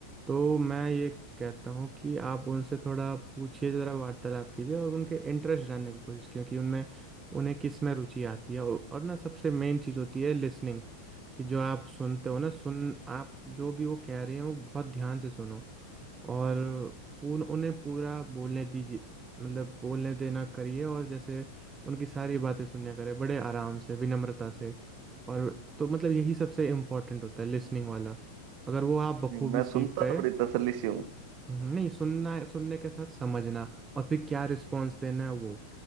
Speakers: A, on the right (about 20°); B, on the right (about 45°).
A: तो मैं ये कहता हूँ कि आप उनसे थोड़ा पूछिए ज़रा वार्तालाप कीजिए और उनके इंटरेस्ट जानने की कोशिश कीजिए कि उनमें उन्हें किस में रुचि आती है और, और ना सबसे मेन चीज़ होती है लिसनिंग कि जो आप सुनते हो ना सुन आप जो भी वो कह रहे हो बहुत ध्यान से सुनो और उन उन्हें पूरा बोलने दीजिए मतलब बोलने देना करिए और जैसे उनकी सारी बातें सुनने करें बड़े आराम से विनम्रता से और तो मतलब यही सबसे इम्पोर्टेंट होता है लिसनिंग वाला अगर वो आप बखूबी
B: नहीं, मैं
A: सीख
B: सुनता
A: गए
B: तो बड़ी तसल्ली से हूँ
A: हम्म, नहीं सुनना सुनने के साथ समझना और फिर क्या रिस्पॉन्स देना है वो